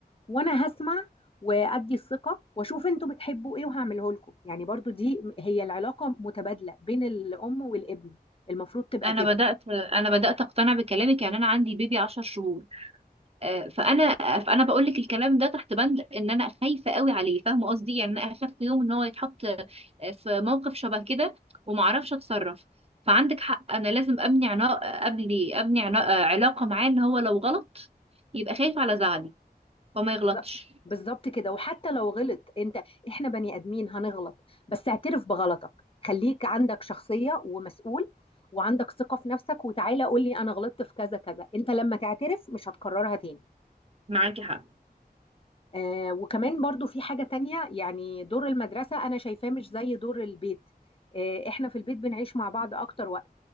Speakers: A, on the left (about 35°); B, on the right (about 40°).
A: وانا هسمع وادي الثقه واشوف انتوا بتحبوا ايه وهعمله لكم يعني برضو دي هي العلاقه متبادله بين الام والابن المفروض تبقى
B: أنا
A: كده
B: بدأت أنا بدأت أقتنع بكلامك يعني أنا عندي بيبي عشر شهور آه، فانا فانا بقول لك الكلام ده تحت بند ان انا خايفه قوي عليه فاهمه قصدي يعني انا اخاف في يوم ان هو يتحط آه، في موقف شبه كده وما اعرفش اتصرف فعندك حق انا لازم ابني عنا ابني ابني عنا آه، علاقه معاه ان هو لو غلط يبقى خايف على زعلي وما يغلطش
A: بالظبط بالظبط كده وحتى لو غلط انت احنا بني ادمين هنغلط بس اعترف بغلطك خليك عندك شخصية ومسؤول وعندك ثقة في نفسك وتعالى قول لي انا غلطت في كذا كذا انت لما تعترف مش هتكررها تاني
B: معاكي حق
A: آه وكمان برضو في حاجة تانية يعني دور المدرسة أنا شايفاه مش زي دور البيت آه إحنا في البيت بنعيش مع بعض أكتر وقت